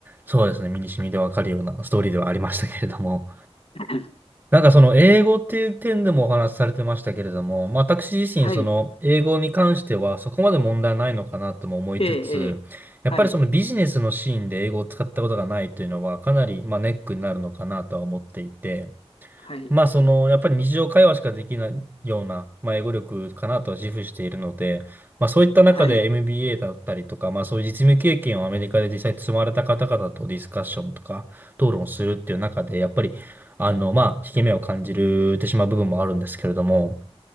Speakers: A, on the right (about 20°); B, on the left (about 60°).
A: そうですね。身に染みでわかるようなストーリーではありましたけれども。
B: <laughs>
A: なんかその英語っていう点でもお話しされてましたけれども、まあ、私自身その英語に関してはそこまで問題ないのかなとも思いつつ、
B: はい。えええーはい。
A: やっぱりそのビジネスのシーンで英語を使ったことがないというのはかなりまあネックになるのかなとは思っていて、
B: はい。
A: まあ、その、やっぱり日常会話しかできないような、まあ、英語力かなとは自負しているので、まあ、そういった中で
B: はい。
A: MBA だったりとか、まあ、そういう実務経験をアメリカで実際積まれた方々とディスカッションとか、討論をするっていう中で、やっぱり、あの、まあ、引け目を感じるてしまう部分もあるんですけれども、